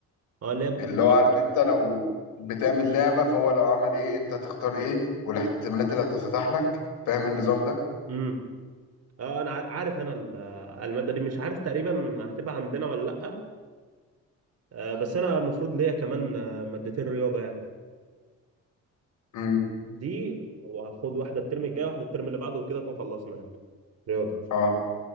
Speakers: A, on the right (about 55°); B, on the left (about 85°).
A: اه لاب
B: اللي هو عارف
A: اه
B: انت لو بتعمل لعبة فهو لو عمل ايه انت هتختار ايه والاحتمالات اللي هتتفتح لك فاهم النظام ده؟
A: امم اه انا ع- عارف انا ال- آه، الماده دي مش عارف تقريبا هتبقى عندنا ولا لا آه بس انا المفروض ليا كمان آه، مادتين رياضه يعني
B: امم
A: دي وهاخد واحده الترم الجاي واحده الترم اللي بعده وكده اكون خلصنا يعني رياضه
B: اه